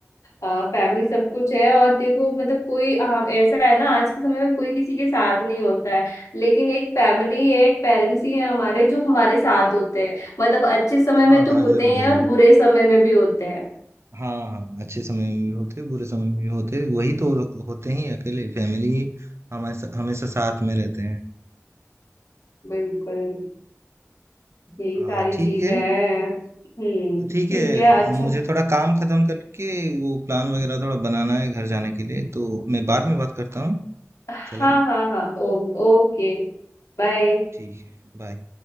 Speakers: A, on the left; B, on the right.
A: फैमिली सब कुछ है और देखो मतलब कोई आ, ऐसा है ना आज के समय में कोई किसी के साथ नहीं होता है लेकिन एक फैमिली है एक पेरेंट्स ही है हमारे जो हमारे साथ होते हैं मतलब अच्छे समय
B: हाँ
A: में तो
B: हाँ
A: होते
B: जरूर
A: ही
B: जरूर
A: हैं और बुरे समय में भी होते हैं
B: हाँ हाँ अच्छे समय में भी होते बुरे समय में भी होते वही तो होते ही अकेले फैमिली ही हमारे हमेशा साथ में रहते हैं
A: बिल्कुल यही
B: हाँ
A: सारी
B: ठीक
A: चीजें
B: है
A: हैं हम्म
B: ठीक
A: ठीक
B: है
A: है अच्छा
B: मुझे थोड़ा काम खत्म करके वो प्लान वगैरह थोड़ा बनाना है घर जाने के लिए तो मैं बाद में बात करता हूँ
A: हाँ
B: चलेगा
A: हाँ हाँ ओ, ओके बाय
B: ठीक है बाय